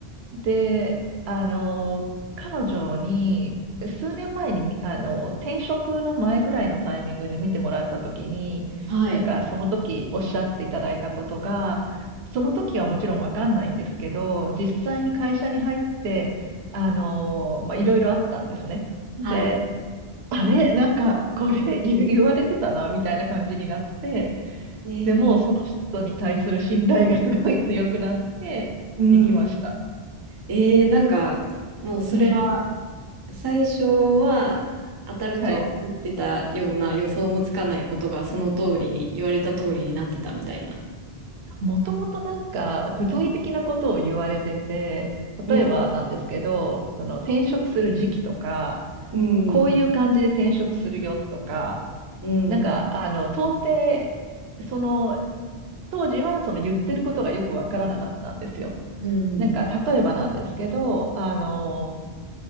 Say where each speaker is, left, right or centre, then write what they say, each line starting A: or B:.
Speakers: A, on the right; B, on the right.
A: で、あの、彼女に、数年前に、みあの、転職の前ぐらいのタイミングで見てもらったときに、
B: はい。
A: なんかその時おっしゃっていただいたことが、その時はもちろんわかんないんですけど、実際に会社に入って、あの、まあ、いろいろあったんですね。で、
B: はい。
A: あれ、なんか、これ言言われてたな、みたいな感じになって、
B: えー、
A: でも、その人に対する信頼がすごい強くなっていきました。
B: うん。えー、なんか、もうそれは、
A: うん
B: 最初は当たるとは思ってたような予想もつかないことが、
A: はい。
B: その通りに、言われた通りになってたみたいな。
A: もともとなんか具体的なことを言われてて、
B: うん。
A: 例えばなんですけど、その転職する時期とか、
B: うん。
A: こういう感じで転職するよとか、
B: うん。
A: なんかあの、到底、その、当時はその言ってることがよくわからなかったんですよ。
B: うん。
A: なんか例えばなんですけど、あの、